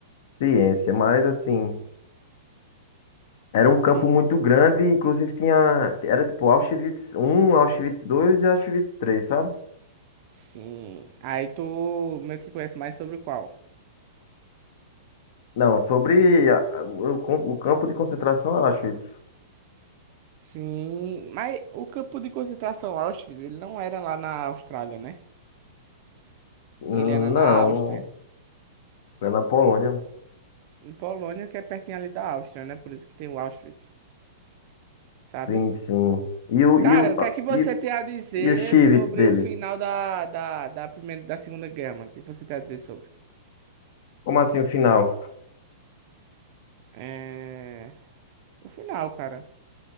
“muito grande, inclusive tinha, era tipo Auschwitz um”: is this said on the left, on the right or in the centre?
Left